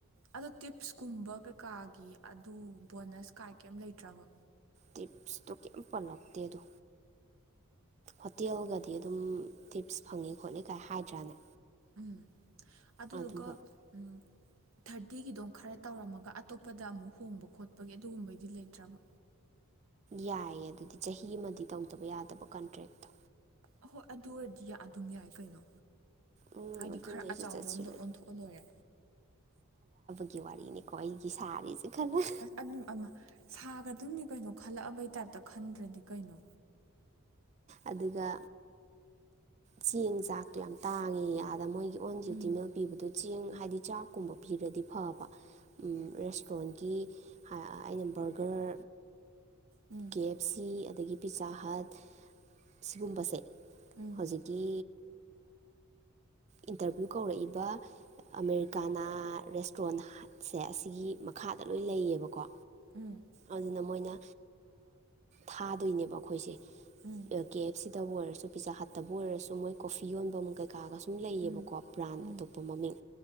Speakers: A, on the right; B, on the right.
A: ꯑꯗꯣ ꯇꯤꯞꯁꯀꯨꯝꯕ ꯀꯩꯀꯥꯒꯤ ꯑꯗꯨ ꯕꯣꯅꯁ ꯀꯥꯏ ꯀꯩꯝ ꯂꯩꯇ꯭ꯔꯕ
B: ꯇꯤꯞꯁꯇꯣ ꯀꯩꯝ ꯄꯜꯂꯛꯇꯦꯗꯣ ꯍꯣꯇꯦꯜꯒꯗꯤ ꯑꯗꯨꯝ ꯇꯤꯞꯁ ꯐꯪꯉ ꯈꯣꯠꯂꯤ ꯀꯥꯏ ꯍꯥꯏꯗ꯭ꯔꯥꯅꯦ
A: ꯎꯝ ꯑꯗꯨꯗꯨꯒ
B: ꯑꯗꯨꯒ
A: ꯎ ꯊꯥꯔꯇꯤꯒꯤꯗꯣ ꯈꯔ ꯇꯧꯔꯝꯃꯒ ꯑꯇꯣꯞꯄꯗ ꯑꯃꯨꯛ ꯍꯣꯡꯕ ꯈꯣꯠꯄꯒꯤ ꯑꯗꯨꯒꯨꯝꯕꯩꯗꯤ ꯂꯩꯇ꯭ꯔꯕ
B: ꯌꯥꯏꯌꯦ ꯑꯗꯨꯗꯤ ꯆꯍꯤ ꯑꯃꯗꯤ ꯇꯧꯗꯕ ꯌꯥꯗꯕ ꯀꯟꯇ꯭ꯔꯦꯛꯇꯣ
A: ꯑꯍꯣꯏ ꯑꯗꯨ ꯑꯣꯏꯔꯗꯤ ꯑꯗꯨꯝ ꯌꯥꯏ ꯀꯩꯅꯣ
B: ꯎꯝ
A: ꯍꯥꯏꯗꯤ
B: ꯑꯗꯨꯅ
A: ꯈꯔ
B: ꯑꯩꯁꯨ
A: ꯑꯆꯕ
B: ꯆꯠꯁꯤꯔꯣꯏ
A: ꯑꯝꯗ ꯑꯣꯟꯊꯣꯛꯑ ꯂꯣꯏꯔꯦ
B: ꯒꯤ ꯋꯥꯔꯤꯅꯤꯀꯣ ꯑꯩꯒꯤ ꯁꯥꯔꯤꯁꯦ ꯈꯜꯂ
A: ꯑꯗꯨ ꯑꯃ ꯁꯥꯒꯗꯅꯤ ꯀꯩꯅꯣ ꯈꯜꯂꯛꯑꯕꯩ ꯇꯥꯏꯞꯇ ꯈꯟꯗ꯭ꯔꯗꯤ ꯀꯩꯅꯣ
B: ꯑꯗꯨꯒ ꯆꯦꯡ ꯆꯥꯛꯇꯣ ꯌꯥꯝ ꯇꯥꯡꯉꯦ ꯑꯗ ꯃꯣꯏꯒꯤ ꯑꯣꯟ
A: ꯎꯝ
B: ꯨꯇꯤꯅ ꯄꯤꯕꯗꯣ ꯆꯦꯡ ꯍꯥꯏꯗꯤ ꯆꯥꯛꯀꯨꯝꯕ ꯄꯤꯔꯗꯤ ꯐꯕ ꯎꯝ ꯔꯦꯁꯇ꯭ꯔꯨꯔꯦꯟ ꯑꯩꯅ ꯕꯔꯒꯔ
A: ꯎꯝ
B: ꯀꯦ ꯑꯦꯐ ꯁꯤ ꯑꯗꯒꯤ ꯄꯤꯖꯥ ꯄꯥꯠ ꯁꯤꯒꯨꯝꯕꯁꯦ
A: ꯎꯝ
B: ꯍꯧꯖꯤꯛꯀꯤ ꯏꯟꯇꯔꯚꯤꯌꯨ ꯀꯧꯔꯛꯏꯕ ꯑꯃꯦꯔꯤꯀꯥꯅ ꯔꯦꯁꯇ꯭ꯔꯣꯟ ꯁꯦ ꯑꯁꯤꯒꯤ ꯃꯈꯥꯗ ꯂꯣꯏ ꯂꯩꯌꯦꯕꯀꯣ
A: ꯎꯝ
B: ꯑꯗꯨꯅ ꯃꯣꯏꯅ ꯊꯥꯗꯣꯏꯅꯦꯕꯀꯣ ꯑꯩꯈꯣꯏꯁꯦ
A: ꯎꯝ
B: ꯀꯦ ꯑꯦꯐ ꯁꯤꯗꯕꯨ ꯑꯣꯏꯔꯁꯨ ꯄꯤꯖꯥ ꯍꯠꯇꯕ ꯑꯣꯏꯔꯁꯨ ꯃꯣꯏ ꯀꯣꯐꯤ ꯌꯣꯟꯕ ꯑꯃꯛ ꯀꯩꯀꯥꯒ ꯁꯨꯝ ꯂꯩꯌꯦꯕꯀꯣ
A: ꯎꯝ
B: ꯕ꯭ꯔꯥꯟ
A: ꯎꯝ
B: ꯑꯇꯣꯞꯄ ꯃꯃꯤꯡ